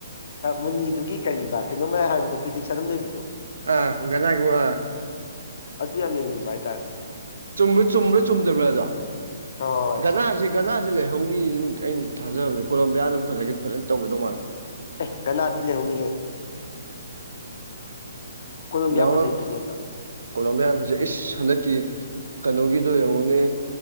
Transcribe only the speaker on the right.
ꯑ ꯟꯒꯤꯕꯨ ꯑ
ꯆꯨꯝꯕ꯭ꯔꯥ ꯆꯨꯝꯕ꯭ꯔꯥ ꯆꯨꯝꯗꯕ꯭ꯔꯥꯗ
ꯒꯅꯥꯁꯤ ꯒꯅꯥꯁꯦ ꯂꯩꯍꯧꯅꯤ ꯑꯗꯨꯝ ꯑꯩꯅ ꯊꯥꯖꯕꯗ ꯀꯣꯝꯕꯤꯌꯥ ꯑꯗꯨꯝ ꯐꯖ ꯐꯖꯅ ꯇꯧꯒꯗꯧ ꯃꯥꯜꯂꯦ
ꯔꯥꯎꯟ
ꯑꯞ
ꯀꯣꯂꯣꯝꯕꯤꯌꯥ ꯌꯥꯝ ꯐꯖꯩ ꯏꯁ ꯍꯟꯗꯛꯀꯤ ꯀꯩꯅꯣꯒꯤꯗꯣ ꯌꯦꯡꯉꯨꯅꯦ